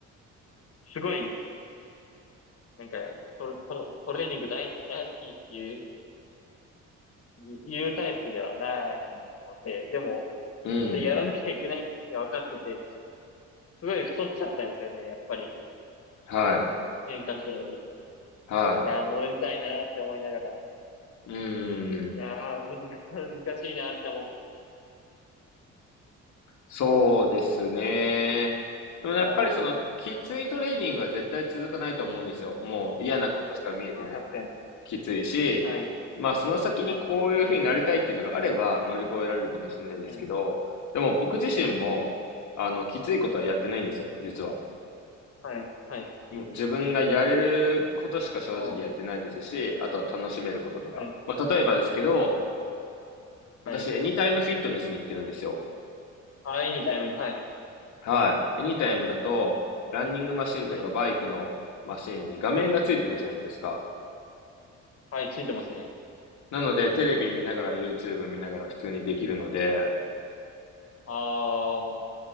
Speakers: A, on the left (about 50°); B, on the left (about 70°).
A: すごい、なんか、ト、ト、トレーニング大好き大好きっていう、い言うタイプではないので、でも、
B: うん。
A: 絶対やらなきゃいけないって分かってて、すごい太っちゃったんですよね、やっぱり。
B: はい、
A: 一年間くらいで。い
B: は
A: やー、戻りたいなって思いながら。
B: い。う
A: いやー、
B: ん。
A: 難し、難しいなって思って。
B: そうですね。でもやっぱりそのきついトレーニングは絶対続かないと思うんですよ。
A: ああ、
B: もう嫌なことしか見えてないので。
A: まあ確かに。
B: きついし、
A: はい、
B: まあその先にこういうふうになりたいっていうのがあれば乗り越えられるかもしれないですけど、
A: はい、はい、
B: でも僕自身も、
A: は
B: あの、きついことはやってないんですよ、
A: い、
B: 実は。
A: はい、はい、
B: もう自分がやれることしか正直やってないですし、
A: ああ、
B: あとは楽しめることとか。
A: はい、
B: まあ例えばですけど、
A: はい、はい。
B: 私エニタイムフィットネスに行ってるんですよ。
A: ああ、いにタイムに、はい、
B: はい。エニタイムだと、ランニングマシンとかバイクのマシンに画面がついてるじゃないですか。
A: はい、はい、はい、ついてますね。
B: なので、テレビ見ながら YouTube 見ながら普通にできるので、
A: ああ、